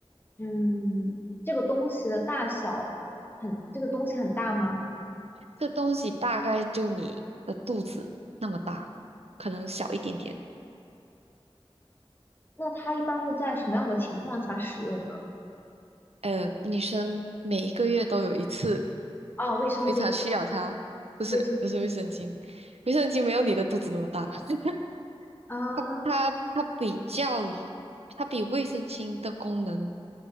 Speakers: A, on the left; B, on the right.
A: 嗯，这个东西的大小很，这个东西很大吗？
B: 这东西大概就你的肚子那么大，可能小一点点。
A: 那它一般会在什么样的情况下使用呢？
B: 呃，女生每一个月都有一次
A: 啊，卫生巾，
B: 非常需要它，不是不是卫生巾，
A: 卫生
B: 卫生巾没有你的肚子那么大，<laughs>
A: 啊
B: 它它它比较于它比卫生巾的功能